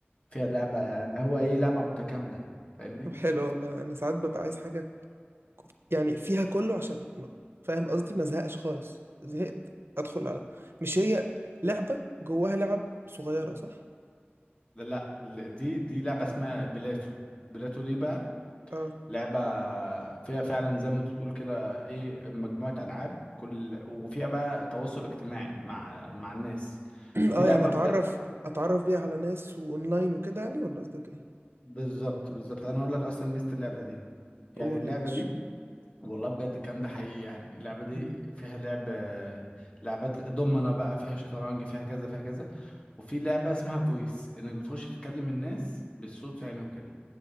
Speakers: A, on the left; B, on the right.
A: فيها لعبة يعني اللي هو ايه لعبة متكاملة فاهمني
B: طب حلو والله انا ساعات ببقى عايز حاجه يعني فيها كله عشان م- فاهم قصدي ما زهقش خالص زهقت ادخل على مش هي لعبة جواها لعب صغيرة صح
A: لا لا، ال- دي دي لعبة اسمها بلاتو بلاتو دي بقى
B: اه
A: لعبة فيها فعلا زي ما انت بتقول كده ايه مجموعة ألعاب كل وفيها بقى تواصل اجتماعي مع مع الناس
B: <clears throat>
A: فدي
B: اه
A: لعبة
B: يعني اتعرف
A: بجد
B: اتعرف بيها على ناس واونلاين وكده يعني ولا قصدك ايه
A: بالظبط بالظبط انا هقول لك اصلا ميزة اللعبة دي يعني
B: قول
A: اللعبة
B: يا باشا
A: دي والله بجد الكلام ده حقيقي يعني اللعبة دي
B: مم.
A: فيها لعب لعبات دومنا بقى فيها شطرنج فيها كذا فيها كذا وفي لعبة اسمها فويس انك بتخش تكلم الناس بالصوت يعني وكده